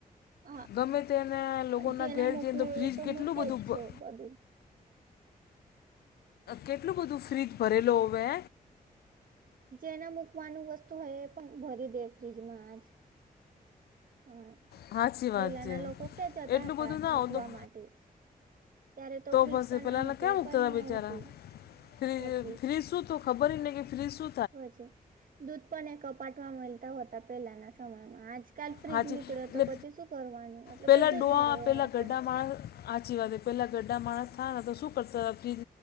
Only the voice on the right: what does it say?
હા
જેના
મૂકવું
એ
મૂકે
જ
છે બધું.
જે ના મૂકવાનું વસ્તુ હેય એ પણ ભરી દે ફ્રીજમાં આજ સમય
પેલાના
લોકો ક્યાં જતા
હતા
મૂકવા
માટે? ત્યારે તો ફ્રીઝ
પણ
ન હતો
કઈ
ન
હતું
પછી.
પછી દૂધ પણ એ કપાટ મળતા હો હતા પેલાના સમયમાં આજ કાલ ફ્રીજ
નીકળે તો
પછી શું કરવાનું એટલે
બધું
જ ભરે
એમાં
પણ